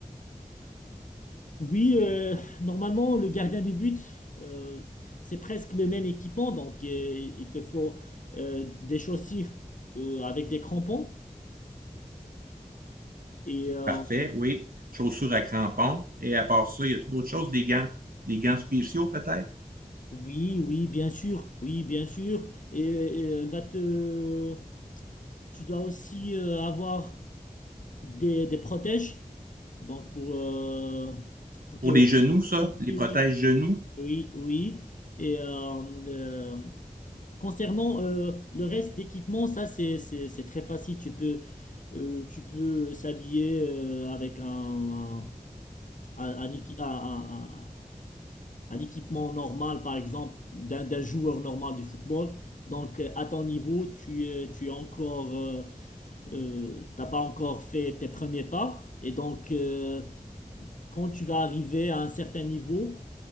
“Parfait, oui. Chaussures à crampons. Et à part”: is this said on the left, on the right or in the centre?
Right